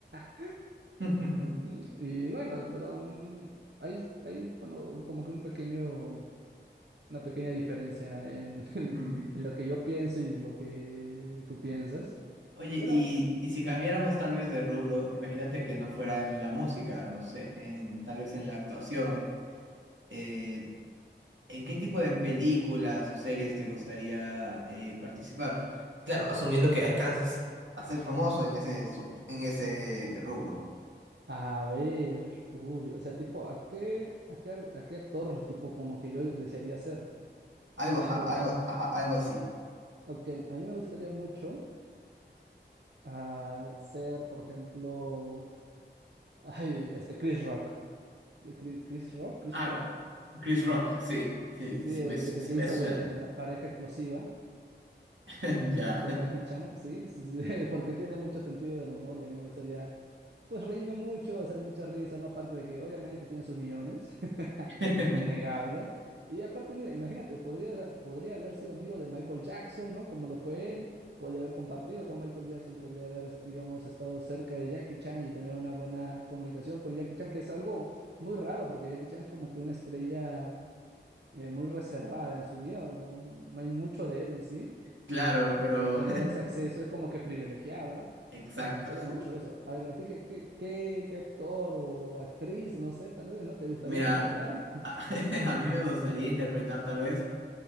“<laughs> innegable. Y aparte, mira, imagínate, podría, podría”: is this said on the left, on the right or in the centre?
Right